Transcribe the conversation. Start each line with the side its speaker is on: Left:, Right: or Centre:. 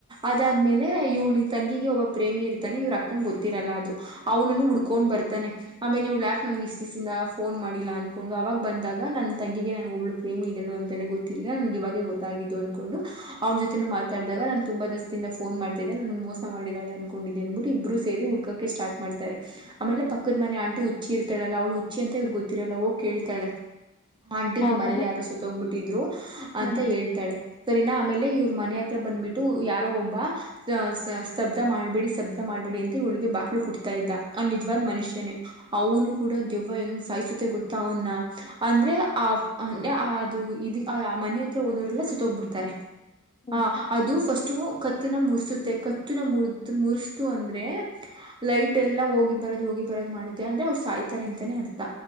Right: ಅದಾದ್ಮೇಲೆ ಇವ್ಳಿಗೆ ತಂಗಿಗೆ ಒಬ್ಬ ಪ್ರೇಮಿ ಇರ್ತಾನೆ ಇವ್ರ ಅಕ್ಕಂಗ್ ಗೊತ್ತಿರಲ್ಲ ಅದು. ಅವನುನು ಉಡ್ಕೊಂಡ್ ಬರ್ತಾನೆ. ಆಮೇಲೆ ಇವಳ ಯಾಕ್ ನನ್ಗೆ ಇಷ್ಟ ದಿಸದಿಂದ ಫೋನ್ ಮಾಡಿಲ್ಲ ಅನ್ಕೊಂಡು ಅವಾಗ ಬಂದಾಗ ನನ್ ತಂಗಿಗೆ ನನ್ ಒಬ್ಳು ಫೇಮ ಇದಳು ಅಂತಲೇ ಗೊತ್ತಿಲ್ಲ ನನಗೆ ಇವಾಗೇ ಗೊತ್ತಾಗಿದ್ದು ಅಂದ್ಕೊಂಡು. ಅವ್ರ ಜೊತೆನು ಮಾತಾಡಾಗ ನಾನ್ ತುಂಬಾ ದಸ್ತಿಿಂದಫೋನ್ ಮಾಡ್ತಿದ್ದೆ ನನನ್ ಮೋಸ ಮಾಡಿದ್ದಾಳೆ ಅನ್ಕೊಂಡಿದ್ದೆ ಅನ್ಬಿಟ್ಟು ಇಬ್ಬರು ಸೇರಿ ಹುಡ್ ಕೊಕೆ ಸ್ಟಾರ್ಟ್ ಮಾಡ್ತಾರೆ. ಆಮೇಲೆ ಪಕ್ಕದ ಮನೆ ಆಂಟಿ ಹುಚ್ಚಿ ಇರ್ತಾಳಲ್ಲ ಅವಳ ಹುಚ್ಚಿ ಅಂತ ಇವ್ ಗೊತ್ತಿರಲ್ಲ ಹೋಗ ಕೇಳ್ತಾಳೆ. ಆಂಟಿ
Left: ಆಮೇಲೆ
Right: ನಿಮ್ ಮನೇಲಿ ಯಾರು ಸತ್ತೋಗ್ಬಿಟ್ಟಿದ್ರು ಅಂತ
Left: ಹ್ಮ್
Right: ಹೇಳ್ತಾಳೆ. ಸರಿನಾ ಆಮೇಲೆ ಇವ್ರ ಮನೆ ಹತ್ರ ಬಂದ್ಬಿಟ್ಟು ಯಾರೋ ಒಬ್ಬ ಅ ಸ್ತಬ್ಧ ಮಾಡ್ಬೇಡಿ ಸ್ತಬ್ಧ ಮಾಡ್ಬೇಡಿ ಅಂತ ಇವಳಿಗೆ ಬಾಕ್ಲು ಕು <unintelligible> ಅವ್ ನಿಜವಾದ್
Left: ಹ್ಮ್
Right: ಮನುಷ್ಯನೇ. ಅವನು ಕೂಡ ದೆವ್ವ ಹೆಂಗ್ ಸಾಯಿಸುತ್ತೆ ಗೊತ್ತ ಅವನ್ನ ಅಂದ್ರೆ ಆ ಅದು ಇ ಆ ಆ ಮನೆ ಹತ್ರ ಹೋದೋರೆಲ್ಲ ಸುತ್ತೋಗ್ಬಿಡ್ತಾರೆ
Left: ಹ್ಮ್
Right: ಆ ಅದು ಫಸ್ಟು ಕತ್ತನ ಮುರ್ಸುತ್ತೆ ಕತ್ತನ ಮುರ ಮುರಿಸಸ್ತು ಅಂದ್ರೆ. ಲೈಟ್ ಎಲ್ಲ ಹೋಗಿ ಬರೋದ್ ಹೋಗಿ ಬರೋದು ಮಾಡುತ್ತೆ ಅಂದ್ರೆ ಅವ್ರ ಸಾಯ್ತಾರೆ ಅಂತಾನೇ ಅರ್ಥ.